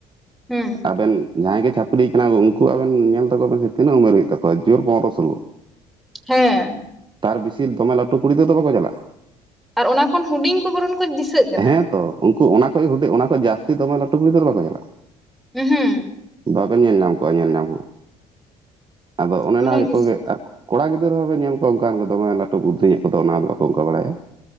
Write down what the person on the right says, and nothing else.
ᱟᱵᱮᱱ ᱡᱟᱦᱟᱸᱭ ᱜᱮ 'ᱪᱷᱟᱯᱨᱤ' ᱠᱟᱱᱟ ᱣᱚ, ᱩᱝᱠᱩ ᱟᱵᱮᱱ ᱧᱮᱞ ᱛᱟᱠᱚ ᱵᱮᱱ ᱥᱮ ᱛᱤᱱᱟᱹᱜ ᱩᱢᱮᱨ ᱦᱩᱭᱩᱜ ᱛᱟᱠᱚᱣᱟ! ᱡᱳᱨ ᱯᱚᱝᱨᱚ-ᱥᱳᱞᱳ᱾ <inaudible>
ᱛᱟᱨ ᱵᱤᱥᱤ ᱫᱚᱢᱮ ᱞᱟᱹᱴᱩ ᱠᱩᱲᱤ ᱫᱟᱹ ᱫᱚ ᱵᱟᱠᱚ ᱪᱟᱞᱟᱜᱼᱟ᱾
ᱦᱮᱸᱛᱚ, ᱩᱝᱠᱩ ᱚᱱᱟ ᱠᱷᱚᱡ ᱦᱩᱰᱤ, ᱚᱱᱟ ᱠᱷᱚᱡ ᱡᱟᱹᱥᱛᱤ ᱫᱚᱢᱮ ᱞᱟᱹᱴᱩ ᱠᱩᱲᱤ ᱫᱟᱹ ᱫᱚ ᱵᱟᱠᱚ ᱪᱟᱞᱟᱜᱼᱟ᱾
ᱵᱟᱵᱮᱱ ᱧᱮᱞ ᱧᱟᱢ ᱠᱚᱣᱟ, ᱧᱮᱞ ᱧᱟᱢ ᱦᱚᱸ ᱟᱫᱚ ᱚᱱᱮ
ᱱᱟ ᱜᱮᱠᱚ
ᱜᱮ ᱟᱨ ᱠᱚ ᱠᱚᱲᱟ ᱜᱤᱫᱟᱹᱨ ᱦᱚᱸ ᱵᱮᱱ ᱧᱮᱞ ᱠᱚᱣᱟ, ᱚᱝᱠᱟᱱ ᱠᱚ ᱫᱚ ᱢᱟᱱᱮ ᱞᱟᱹᱴᱩ ᱵᱩᱫᱽᱫᱷᱤ ᱧᱚᱜ ᱠᱚᱫᱚ ᱚᱱᱟᱫᱚ ᱵᱟᱠᱚ ᱚᱝᱠᱟ ᱵᱟᱲᱟᱭᱟ᱾